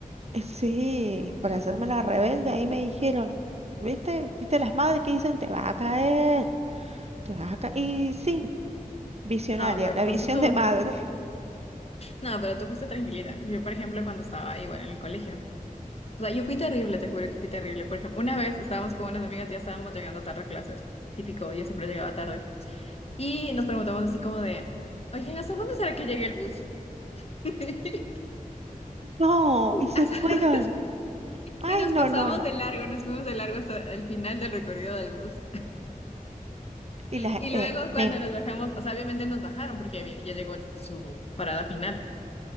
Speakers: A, on the right; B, on the left.
A: eh, sí, por hacerme la rebelde, ahí me dijeron, ¿viste? ¿Viste las madres que dicen, te vas a caer, te vas a caer? Y sí, visionaria,
B: Ah, pero entonces
A: la visión
B: tú,
A: de madre. <laughs>
B: no, pero tú fuiste tranquilita. Yo, por ejemplo, cuando estaba igual en el colegio. O sea, yo fui terrible, te juro que fui terrible. Por ejemplo, una vez estábamos con unas amigas, ya estábamos llegando tarde a clases. Típico, yo siempre llegaba tarde. Y nos preguntamos así como de, oye, ¿hasta dónde será que llegue el bus? <laughs>
A: No, y se
B: Hasta-
A: fueron. Ay,
B: Y nos
A: no,
B: pasamos
A: no, no.
B: de largo, nos fuimos de largo hasta el final del recorrido del bus.
A: Y las,
B: Y
A: eh,
B: luego cuando
A: me-
B: nos bajamos, o sea, obviamente nos bajaron porque había- ya llegó el- su parada final.